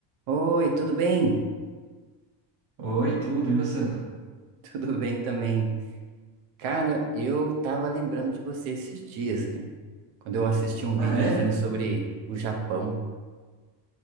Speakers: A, on the right (about 70°); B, on the right (about 45°).
A: Oi, tudo bem?
B: Oi, tudo, e você?
A: <laughs> Tudo bem também. Cara, eu tava lembrando de você esses dias, cara. Quando eu assisti um
B: Ah,
A: videozinho
B: é?
A: sobre o Japão.